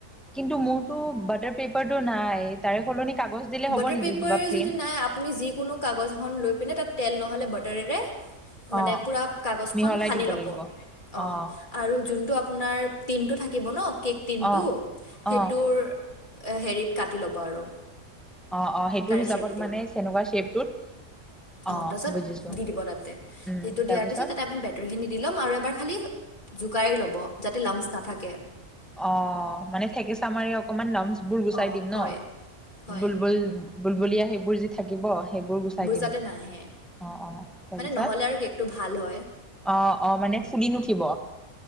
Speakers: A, in the centre; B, on the left.
A: কিন্তু মোৰতো বাটাৰ পেপাৰটো নাই তাৰে সলনি কাগজ দিলে হ'ব
B: বাটাৰ
A: নেকি
B: পেপাৰ
A: কিবা প্লেইন
B: যদি নাই আপুনি যিকোনো কাগজ এখন লৈ পিনে তাত তেল নহ'লে বাটাৰেৰে মানে
A: অ
B: পুৰা কাগজখন
A: মিহলাই
B: সানি
A: দিব
B: ল'ব
A: লাগিব
B: অহ।
A: অ
B: আৰু যোনটো আপোনাৰ টিনটো থাকিব ন কেক টিনটো,
A: অ
B: সেইটোৰ
A: অ
B: হেৰিত কাটি ল'ব আৰু।
A: অহ অহ সেইটোৰ
B: তাৰে
A: হিচাপত
B: শ্বেপটোত
A: মানে তেনেকুৱা শ্বেপটোত
B: অহ
A: অ
B: তাৰপিছত
A: বুজিছো
B: দি দিব তাতে সেইটো
A: উম তাৰপিছত
B: দিয়াৰ পিছত তাতে আমি বাটাৰখিনি দি ল'ম আৰু এবাৰ খালী জোকাৰি ল'ব যাতে লামচ নাথাকে।
A: অহ মানে থেকেছা মাৰি অকমান লামচ বোৰ গুচাই
B: অঁ
A: দিম ন,
B: হয় হয়
A: বুলবুল
B: অ
A: বুলবুলিয়া সেইবোৰ যি থাকিব সেইবোৰ গুচাই দিম।
B: যাতে নাহে
A: অহ অহ তাৰপিছত
B: মানে নহ'লে আৰু কেকটো ভাল হয়
A: অ অ মানে ফুলি নুঠিব।